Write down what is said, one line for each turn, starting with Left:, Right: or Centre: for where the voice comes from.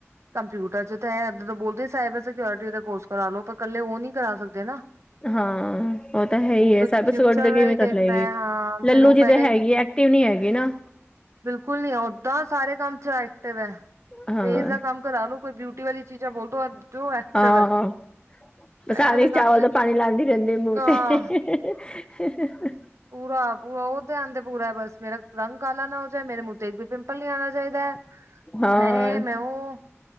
Right: ਕੰਪਿਊਟਰ 'ਚ ਤਾਂ ਹੈ ਇੱਦਾਂ ਤਾਂ ਬੋਲਦੇ ਸਹਿਬ ਸਿਓਰਟੀ ਦਾ ਕੋਰਸ ਕਰਾ ਲਓ ਪਰ ਇਕੱਲੇ ਉਹ ਨਹੀਂ ਕਰਾ ਸਕਦੇ ਨਾ
Left: ਹਾਂ ਉਹ ਤਾਂ ਹੈ ਹੀ
Right: ਫਿਰ
Left: ਸਾਹਿਬਾ
Right: ਫਿਊਚਰ
Left: ਸੋਚਦੇ
Right: ਦਾ
Left: ਕਿਵੇਂ
Right: ਹੀ ਦੇਖਣਾ
Left: ਕਰ ਲਏਗੀ
Right: ਹੈ ਹਾਂ
Left: ਲੱਲੂ
Right: ਫਿਰ ਉਹ
Left: ਜੇ ਤਾਂ
Right: ਪਹਿਲੇ
Left: ਹੈ ਏ ਐਕਟਿਵ ਨਹੀਂ ਹੈਗੇ ਨਾ
Right: ਬਿਲਕੁਲ ਨੀ ਓਦਾਂ ਸਾਰੇ ਕੰਮ 'ਚ ਐਕਟਿਵ ਹੈ
Left: ਹਾਂ
Right: ਵੇਜ ਦਾ ਕੰਮ ਘਰਾ ਨੂੰ ਕੋਈ ਬਿਊਟੀ ਵਾਲੀ ਚੀਜ਼ਾਂ ਬੋਲਦੋ ਅੱ ਜੋ <unintelligible> ਹੈ ਐਕਟਿਵ
Left: ਹਾਂ ਹਾਂ ਬਸ
Right: ਇਹ
Left: ਆਕ
Right: ਵਾਲੇ ਕੰਮ
Left: ਚਾਵਲ
Right: ਚ
Left: ਦਾ
Right: ਨੀ
Left: ਪਾਣੀ
Right: ਹੈ।
Left: ਲਾਂਦੀ ਰਹਿੰਦੀ ਮੂੰਹ
Right: ਹਾਂ
Left: ਤੇ <inaudible>
Right: ਪੂਰਾ ਪੂਰਾ ਉਹ ਧਿਆਨ ਤੇ ਪੂਰਾ ਬਸ ਮੇਰਾ ਰੰਗ ਕਾਲਾ ਨਾ ਹੋ ਜਾਏ ਮੇਰੇ ਮੁੂੰਹ ਤੇ ਪਿੰਪਲ ਨੀ ਆਉਣਾ ਚਾਹੀਦਾ
Left: ਹਾਂ
Right: ਮੈਂ ਏ ਮੈਂ ਉਹ